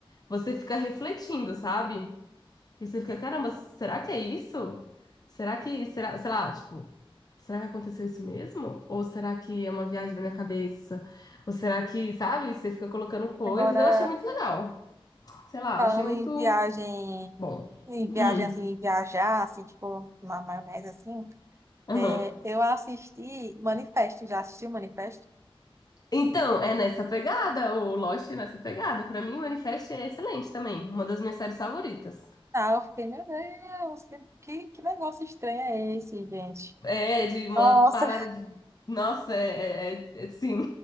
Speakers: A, on the left (about 40°); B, on the right (about 30°).
A: você fica refletindo, sabe? E você fica, caramba, será que é isso? Será que, será, sei lá, tipo, será que aconteceu isso mesmo? Ou será que é uma viagem da minha cabeça? Ou será que, sabe, você fica colocando coisas?
B: Agora,
A: Eu achei muito legal. Sei lá,
B: falando
A: achei muito
B: em viagem,
A: bom.
B: em viagem
A: Hum,
B: assim, viajar, assim, tipo, uma maionese assim,
A: aham.
B: é, eu assisti Manifesto, já assisti o Manifesto?
A: Então, é nessa pegada, o Lost é nessa pegada. Pra mim, o Manifest é excelente também. Uma das minhas séries favoritas.
B: Ah, eu fiquei, meu Deus, que, que que negócio estranho é esse, gente?
A: É, de uma
B: Nossa,
A: parada de. Nossa, é, é, é- é- sim,